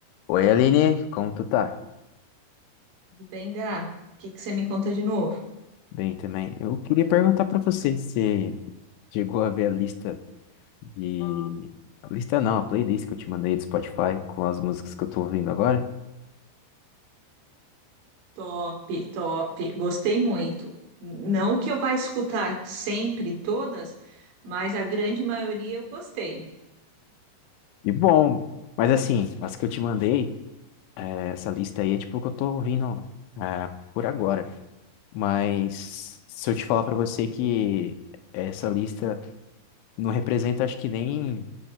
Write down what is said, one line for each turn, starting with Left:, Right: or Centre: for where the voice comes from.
Left: Oi, Aline, como tu tá?
Right: Tudo bem, Gá? O que que você me conta de novo?
Left: Bem também. Eu queria perguntar pra você se você chegou a ver a lista de... A lista não, a playlist que eu te mandei do Spotify com as músicas que eu tô ouvindo agora.
Right: Top, top. Gostei muito. Não que eu vá escutar sempre todas, mas a grande maioria eu gostei.
Left: E bom, mas assim, as que eu te mandei, é, essa lista aí é tipo o que eu tô ouvindo é, por agora. Mas se eu te falar pra você que essa lista não representa acho que nem,